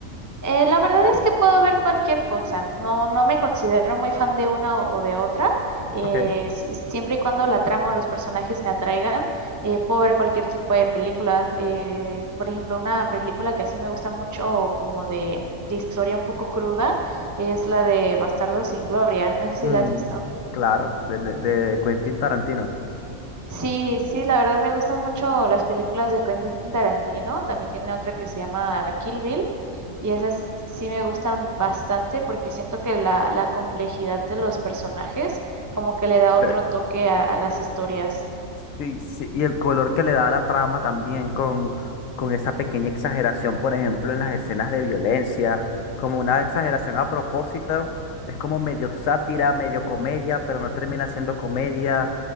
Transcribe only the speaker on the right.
eh, la verdad es que puedo ver cualquier cosa. No, no me considero muy fan de una o o de otra. Eh,
si- siempre y cuando la trama o los personajes me atraigan, eh, puedo ver cualquier tipo de película. Eh, por ejemplo, una película que sí me gusta mucho, como de, de historia un poco cruda, es la de Bastardo sin Gloria. No sé si
la has visto.
Sí, sí, la verdad me gustan mucho las películas de Quentin Tarantino. También tienen otra que se llama Kill Bill y esas sí me gustan bastante porque siento que la, la complejidad de los personajes como que le da otro
toque a, a las historias.